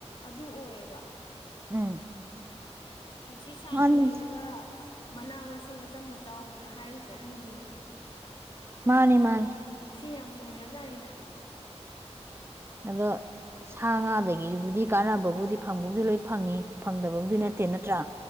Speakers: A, on the left; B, on the right.
A: ꯑꯗꯨ ꯑꯣꯏꯌꯦꯕ
B: ꯎꯝ
A: ꯄꯨꯟꯁꯤ ꯁꯥꯡꯅ
B: ꯃꯥꯅꯤ
A: ꯂꯩꯅꯕ ꯃꯅꯥ ꯃꯁꯤꯡ ꯑꯆꯝꯕ ꯆꯥꯎꯕꯅ ꯍꯥꯏꯔꯤꯁꯦ ꯑꯍꯟꯁꯤꯡꯅ
B: ꯃꯥꯅꯦ ꯃꯥꯅꯤ
A: ꯁꯤ ꯌꯥꯝ ꯆꯨꯝꯈ꯭ꯔꯖꯥꯠꯅꯤꯗ
B: ꯑꯗꯣ ꯁꯥ ꯉꯥꯗꯒꯤꯕꯨꯗꯤ ꯀꯥꯟꯅꯕꯕꯨꯗꯤ ꯐꯪꯕꯕꯨꯗꯤ ꯂꯣꯏ ꯐꯪꯉꯤ ꯐꯪꯗꯕꯕꯨꯗꯤ
A: ꯎꯝ
B: ꯅꯠꯇꯦ ꯅꯠꯇ꯭ꯔꯥ